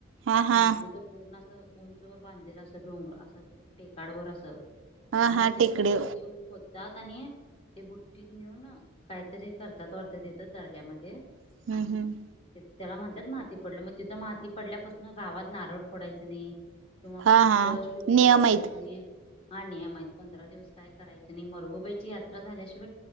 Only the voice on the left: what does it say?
मातीच पूर्ण अस उंच ववर बांधलेलं असं डोंगर अस टेकाडवर असं
त्यामुळे
तिथलं
माती येऊन खोतात. नी ते बुट्टीत नेऊन काहीतरी करतात वाटत तिथ दर्ग्यामध्ये.
आणि,
त्याला म्हणतात माती पडलं मग तिथं माती पडल्यापासून गावात नारळ फोडायच नाही किंवा
कोणतं
शुभ
कार्य करायचं
नाही. हा नियम आहे पंधरा दिवस काय करायचं नाही मरगुबाईची यात्रा झाल्याशिवाय